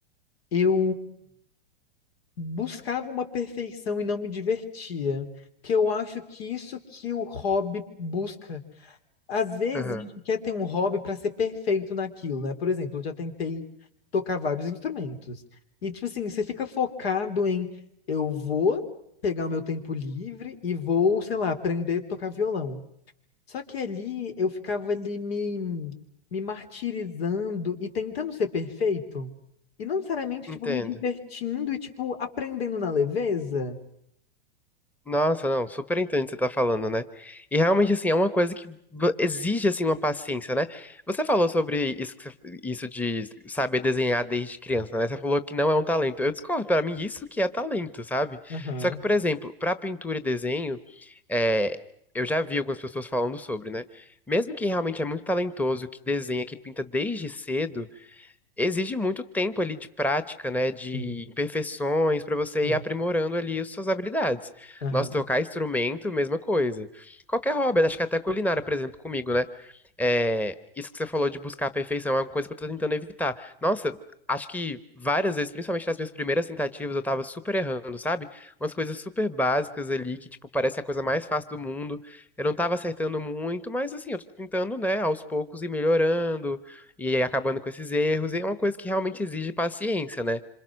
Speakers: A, on the left; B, in the centre.
A: eu buscava uma perfeição e não me divertia. Que eu acho que isso que o hobby busca. Às vezes
B: aham.
A: a gente quer ter um hobby para ser perfeito naquilo, né? Por exemplo, eu já tentei tocar vários instrumentos. E tipo assim, você fica focado em eu vou pegar o meu tempo livre e vou, sei lá, aprender a tocar violão. Só que ali eu ficava ali me, me martirizando e tentando ser perfeito. E não necessariamente,
B: Entendo.
A: tipo, me divertindo e, tipo, aprendendo na leveza.
B: Nossa, não, super entendo o que você tá falando, né? E realmente, assim, é uma coisa que vo- exige, assim, uma paciência, né? Você falou sobre isso, que você- isso de saber desenhar desde criança, né? Você falou que não é um talento. Eu discordo, pra mim, isso que é talento, sabe?
A: Aham.
B: Só que, por exemplo, pra pintura e desenho, é, eu já vi algumas pessoas falando sobre, né? Mesmo quem realmente é muito talentoso, que desenha, que pinta desde cedo exige muito tempo ali de prática, né, de
A: Sim.
B: imperfeições para você
A: Sim.
B: ir aprimorando ali as suas habilidades.
A: Aham.
B: Nossa, tocar instrumento, mesma coisa. Qualquer hobby, acho que até culinária, por exemplo, comigo, né? É, isso que você falou de buscar a perfeição é uma coisa que eu tô tentando evitar. Nossa, acho que várias vezes, principalmente nas minhas primeiras tentativas, eu tava super errando, sabe? Umas coisas super básicas ali que, tipo, parece a coisa mais fácil do mundo. Eu não tava acertando muito, mas assim, eu tô tentando, né, aos poucos ir melhorando e aí acabando com esses erros, e é uma coisa que realmente exige paciência, né?